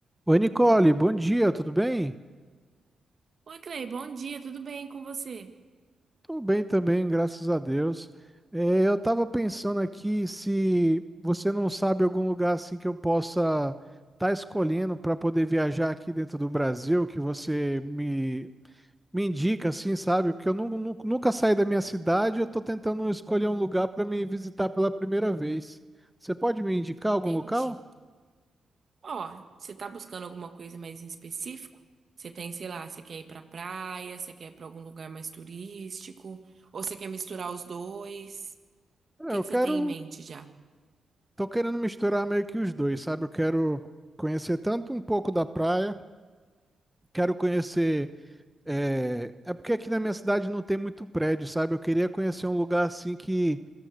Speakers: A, in the centre; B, on the right.
A: Oi, Nicole, bom dia, tudo bem?
B: Oi, Clay, bom dia, tudo bem com você?
A: Tô bem também, graças a Deus. É, eu tava pensando aqui se você não sabe algum lugar assim que eu possa estar escolhendo para poder viajar aqui dentro do Brasil, que você me, me indica assim, sabe? Porque eu nu- nu- nunca saí da minha cidade, eu tô tentando escolher um lugar para me visitar pela primeira vez. Você pode me indicar
B: Entendi.
A: algum local?
B: Ó, você tá buscando alguma coisa mais em específico? Você tem, sei lá, você quer ir pra praia, você quer ir pra algum lugar mais turístico, ou você quer misturar os dois?
A: É,
B: O que
A: Eu
B: que
A: quero,
B: você tem em mente já?
A: tô querendo misturar meio que os dois, sabe? Eu quero conhecer tanto um pouco da praia Quero conhecer. É, é porque aqui na minha cidade não tem muito prédio, sabe? Eu queria conhecer um lugar assim que,